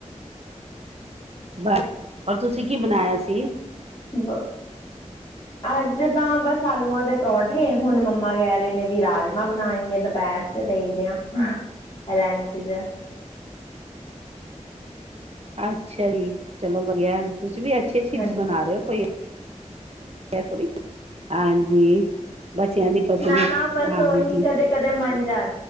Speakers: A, on the right (about 55°); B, on the left (about 30°).
A: ਬਸ ਔਰ ਤੁਸੀਂ ਕੀ ਬਣਾਇਆ ਸੀ।
B: <inaudible> ਅੱਜ ਤਾਂ ਬਸ ਆਲੂਆਂ ਦੇ ਪਰੌਂਠੇ ਹੁਣ ਮੰਮਾ ਕਹਿ ਰਹੇ ਨੇ ਵੀ ਰਾਜਮਾਂ ਬਣਾਏ ਗੇ ਦੁਪਹਿਰ ਚ। ਚ ਦੇਖਦੇ ਆ ਲੰਚ ਚ
A: ਅੱਛਾ ਜੀ ਚਲੋ ਵਧੀਆ ਤੁਸੀਂ ਵੀ ਅੱਛੇ ਚੀਜ਼
B: ਹਾਂਜੀ
A: ਬਣਾ ਰਹੇ ਹੋ ਕੋਈ। <unintelligible> ਹਾਂਜੀ ਬੱਚਿਆਂ ਦੀ ਪਸੰਦ
B: ਨਾ ਨਾ ਬਸ
A: ਹਾਂਜੀ
B: ਉਹੀ ਕਦੇ ਕਦੇ ਮੰਨ ਜਾ